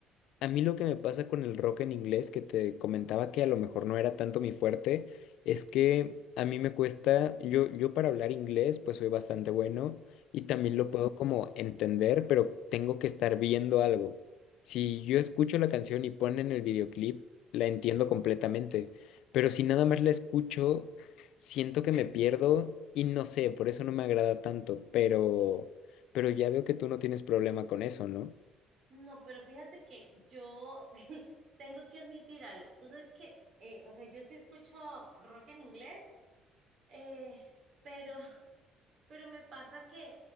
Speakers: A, on the left; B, on the right.
A: a mí lo que me pasa con el rock en inglés, que te comentaba que a lo mejor no era tanto mi fuerte, es que a mí me cuesta, yo, yo para hablar inglés pues soy bastante bueno y también lo puedo como entender, pero tengo que estar viendo algo. Si yo escucho la canción y ponen el videoclip, la entiendo completamente, pero si nada más la escucho, siento que me pierdo y no sé, por eso no me agrada tanto, pero, pero ya veo que tú no tienes problema con eso, ¿no?
B: No, pero fíjate que yo <laughs> tengo que admitir algo. Tú sabes que, eh, o sea, yo sí escucho rock en inglés, eh, pero, <laughs> pero me pasa que,